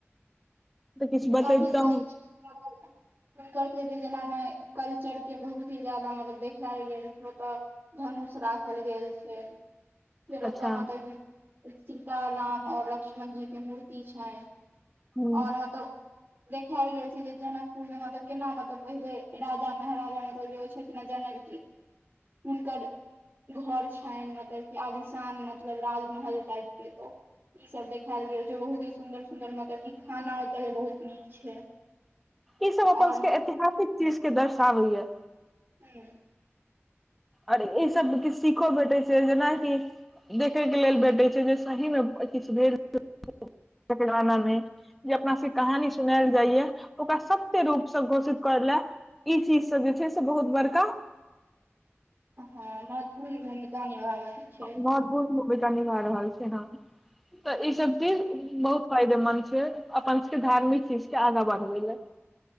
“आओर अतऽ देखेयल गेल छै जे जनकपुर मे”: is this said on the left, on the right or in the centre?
Right